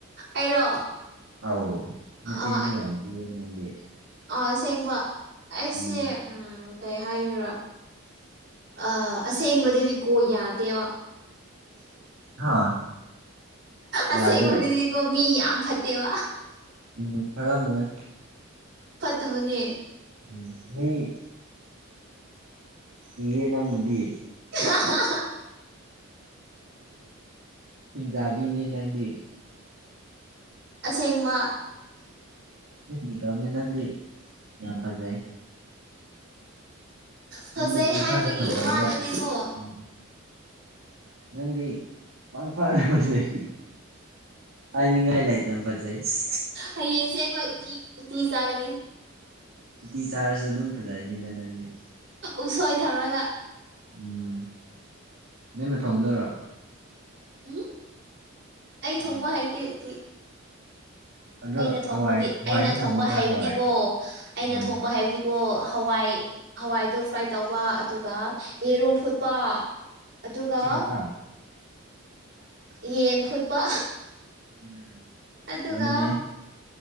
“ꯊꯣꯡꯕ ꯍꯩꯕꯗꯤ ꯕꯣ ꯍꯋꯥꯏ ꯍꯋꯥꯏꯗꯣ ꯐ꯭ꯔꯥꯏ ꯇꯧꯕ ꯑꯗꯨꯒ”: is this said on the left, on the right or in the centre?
Right